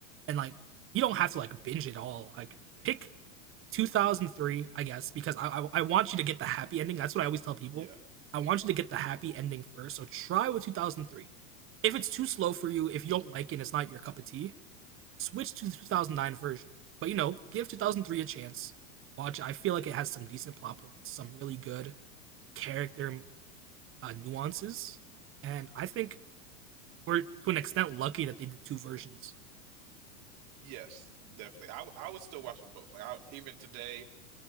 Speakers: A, on the right; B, on the right.
A: and like you don't have to like binge it all. Like
B: Mm.
A: pick 2003, I guess, because I I, I want you to get the happy ending. That's what I always tell people.
B: Yeah.
A: I want you to get the happy ending first. So try with 2003. If it's too slow for you, if you don't like it, and it's not your cup of tea. Switch to the 2009 version. But you know, give 2003 a chance. Watch. I feel like it has some decent plot points, some really good character uh, nuances, and I think we're to an extent lucky that they did two versions.
B: Yes, definitely. I w- I would still watch them both. Like I, even today,